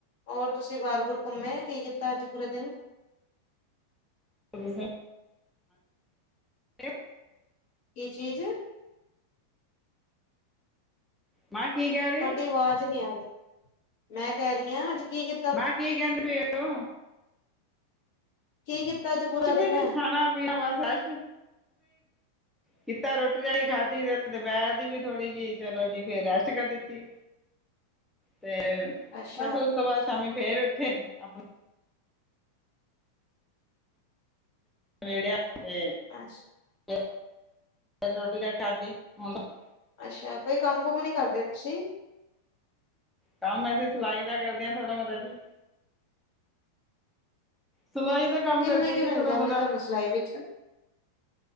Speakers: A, on the left (about 50°); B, in the centre.
A: ਹੋਰ ਤੁਸੀਂ ਬਾਰ ਬੁਰ ਘੁੰਮੇ ਕੀ ਕੀਤਾ ਅੱਜ ਪੂਰੇ ਦਿਨ
B: ਅ ਬੀਜ਼ੀ ਤੇ
A: ਕੀ ਚੀਜ਼
B: ਮੈਂ ਕੀ ਕਹਿ ਰ
A: ਤੁਹਾਡੀ ਆਵਾਜ਼ ਨਹੀਂੀ ਆ ਗਈ ਮੈਂ ਕਹਿ ਰਹੀ ਹਾਂ ਅੱਜ ਕੀ ਕੀਤ
B: ਮਾਂ ਕੀ ਕਹਿੰਦੇ ਪਏ ਓ
A: ਕੀ ਕੀਤਾ ਅੱਜ ਪੂਰਾ
B: ਕੁਛ ਵੀ
A: ਦਿਨ
B: ਨੀ ਖਾਣਾ ਪੀਣਾ ਬਸਸ ਕਿ ਕੀਤਾ ਰੋਟੀ ਰਾ ਹੀ ਖਾਧੀ ਤੇ ਦੁਪਹਿਰ ਦੀ ਵੀ ਥੋੜੀ ਜਿਹੀ ਚਲੋ ਜੀ ਫੇਰ ਰੈਸਟ ਕਰ ਦਿੱਤੀ ਤੇ
A: ਅੱਛਾ
B: ਬਸ ਉਸ ਤੋਂ ਬਾਅਦ ਸ਼ਾਮੀ ਫੇਰ ਉੱਠੇ ਆਪਣਾ ਨੇੜੇ ਆਂਦੇ
A: <unintelligible>
B: <unintelligible>
A: ਅੱਛਾ ਕੋਈ ਕੰਮ ਕੁਮ ਨੀ ਕਰਦੇ ਤੁਸੀ
B: ਕੰਮ ਅਸੀਂ ਸਿਲਾਈ ਦਾ ਕਰਦੇ ਹ ਥੋੜਾ ਮਤਾ ਜੀ ਸਵਾਈ ਦਾ ਕੰਮ
A: ਕਿੰਨੇ
B: ਕਰਦੇ
A: ਕੁ
B: ਹੈ ਜੀ
A: ਮਿਲ
B: ਥੋੜਾ
A: ਜਾਂਦੇ
B: ਬੋਤਤਾ
A: ਤੁਹਾਨੂੰ ਸਿਲਾਈ ਵਿੱਚ